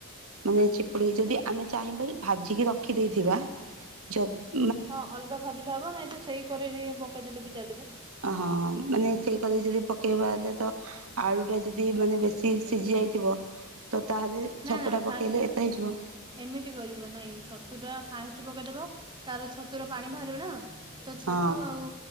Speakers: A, on the right; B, on the right.
A: ମାନେ ଚିପୁଡି଼କି ଯଦି ଆମେ ଚାହିଁବା ଭାଜିକି ରଖିଦେଇଥିବା। ଯଦ
B: ହଁ ଅଲଗା ଭାଜିଲେ ହବ ନାଇଁ ତ ସେଇ କରେଈରେ‌ ହିଁ ପକେଇଦେଲେ ବି ଚାଲିବ?
A: ଅହଁ ମାନେ ସେଇ କରେଈରେ ଯଦି ପକେଇବା ହେଲେ ତ ଆଳୁ ଟା ଯଦି ମାନେ ବେଶ ସି ସିଝି ଯାଇଥିବ ତ ତାହେଲେ
B: ନା
A: ଛତୁଟା
B: ନା ଫାଷ୍ଟ
A: ପକେଇଲେ ଏତେ ହେଇଯିବ।
B: ଏମିତି କରିବ ନାଇଁ ଛତୁଟା ଫାଷ୍ଟ ପକାଇଦେବ ତାର ଛତୁର ପାଣି ବାହାରିବ ନା। ତ ଛତୁ
A: ହଁ
B: ଆଉ